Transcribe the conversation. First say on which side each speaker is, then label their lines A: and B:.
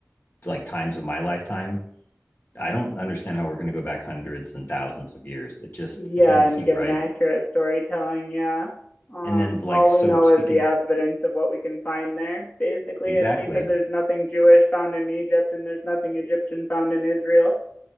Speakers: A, on the left; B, on the left.
A: like times of my lifetime I don't understand how we're going to go back hundreds and thousands of years. It just
B: Yeah,
A: it doesn't seem
B: and given
A: right.
B: accurate storytelling, yeah. Um,
A: And then like
B: all
A: so
B: we know
A: speaking
B: is the evidence of what we can find there, basically,
A: exactly.
B: and because there's nothing Jewish found in Egypt and there's nothing Egyptian found in Israel